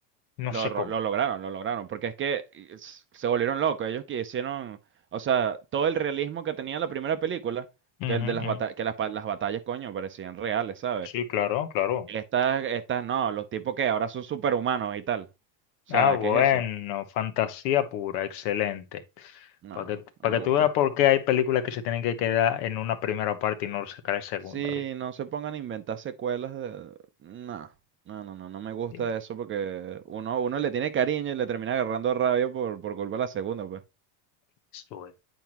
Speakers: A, on the left; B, on the right.
A: No
B: Lo,
A: sé
B: ro-
A: cómo.
B: lo lograron, lo lograron, porque es que eh, s- se volvieron locos. Ellos que hicieron, o sea, todo el realismo que tenía la primera película,
A: Ujú,
B: que el de las
A: ujú.
B: batallas, que las, pa- las batallas, coño, parecían reales, ¿sabes?
A: Sí, claro, claro.
B: Estas, estas no, los tipos que ahora son superhumanos y tal. O sea,
A: Ah, bueno,
B: ¿qué es eso?
A: fantasía pura, excelente.
B: No,
A: Para que,
B: no
A: pa'
B: me
A: que
B: gustó.
A: tú veas por qué hay películas que se tienen que quedar en una primera parte y no sacar la segunda,
B: Sí,
A: ¿ve?
B: no se pongan a inventar secuelas de... No, no, no, no, no me gusta
A: Eh,
B: eso porque uno, uno le tiene cariño y le termina agarrando rabia por, por culpa de la segunda, pues.
A: Eso es.